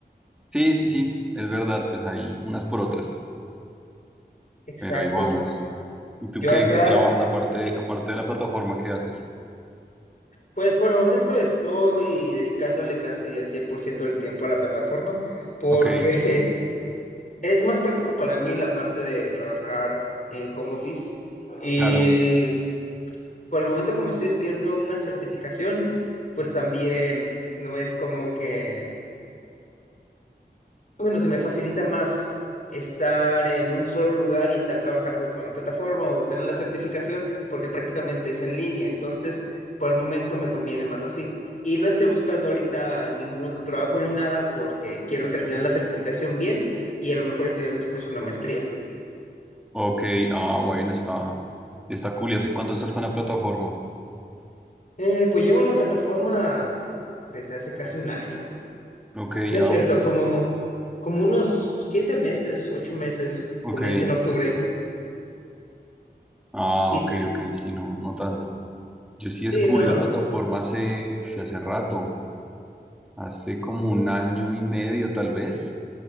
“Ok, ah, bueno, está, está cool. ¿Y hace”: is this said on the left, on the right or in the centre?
Centre